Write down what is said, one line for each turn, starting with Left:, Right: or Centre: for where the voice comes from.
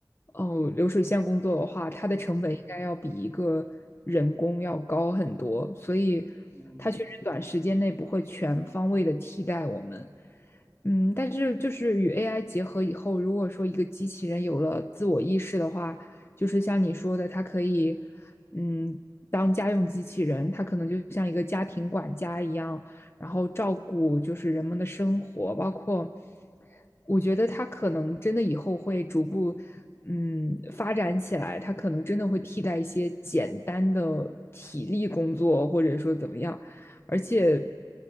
Left: 哦流水线工作的话，它的成本应该要比一个人工要高很多，
Centre: 嗯
Left: 所以它确实短时间内不会全方位的替代我们。
Centre: 嗯。
Left: 嗯，但是就是与 AI 结合以后，如果说一个机器人有了自我意识的话，就是像你说的，它可以，嗯，当家用机器人，它可能就像一个家庭管家一样，然后照顾就是人们的生活，包括我觉得它可能真的以后会逐步，嗯，发展起来，它可能真的会替代一些简单的体力工作，或者说怎么样。而且
Centre: 嗯，